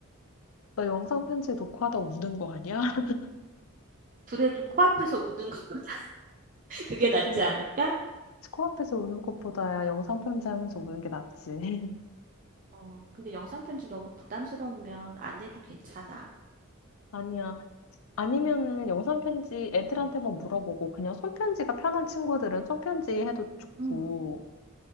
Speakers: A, on the left; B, on the right.
A: 나 영상 편지 녹화 하다 우는 거 아니야? <laughs>
B: 그래도 코앞에서 웃는 것보다 <laughs> 그게
A: 그치.
B: 낫지 않을까?
A: 코앞에서 우는 것보다야 영상 편지 하면서 우는 게 낫지. <laughs>
B: 어, 근데 영상 편지 너무 부담스러우면 안 해도 괜찮아.
A: 아니야. 아니면은 영상 편지 애들한테만
B: 응,
A: 물어보고 그냥 손편지가 편한 친구들은 손편지 해도 좋고.
B: 응.